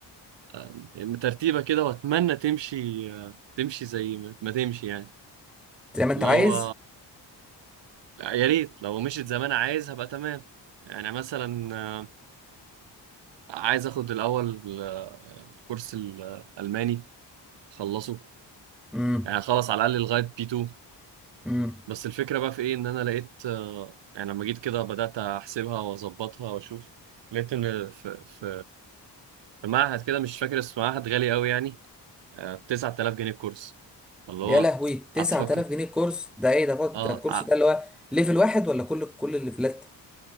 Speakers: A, on the right; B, in the centre.
A: آه، آه، ترتيبة كده واتمنى تمشي آه، تمشي زي ما ما تمشي يعني
B: زي ما انت
A: اللي
B: عايز
A: هو يا ريت لو مشيت زي ما انا عايز هبقى تمام يعني مثلا آه، عايز اخد الاول آه، كورس الالماني خلصوا
B: امم
A: يعني خلص على الاقل لغايه بي 2
B: امم
A: بس الفكره بقى في ايه ان انا لقيت آه، يعني لما جيت كده بدات احسبها واظبطها واشوف لقيت ان في في في معهد كده مش فاكر اسمه معهد غالي قوي يعني آه، 9000 جنيه الكورس اللي
B: يا
A: هو
B: لهوي 9000
A: قعدت افكر
B: جنيه الكورس ده ايه ده فاض-
A: اه
B: ده الكورس
A: ع-
B: ده اللي هو ليفل واحد ولا كل كل الليفلات